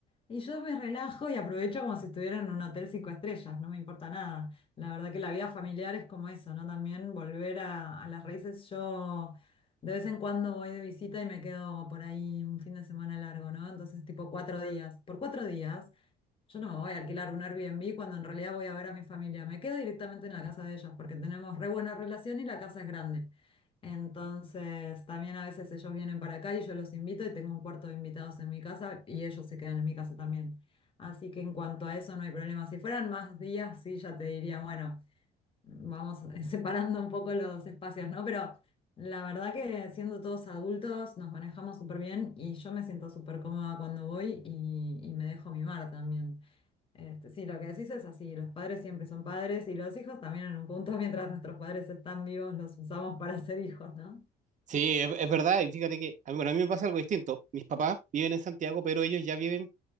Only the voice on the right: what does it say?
Sí, es, es verdad, y fíjate que a mí, bueno, a mí me pasa algo distinto. Mis papás viven en Santiago, pero ellos ya viven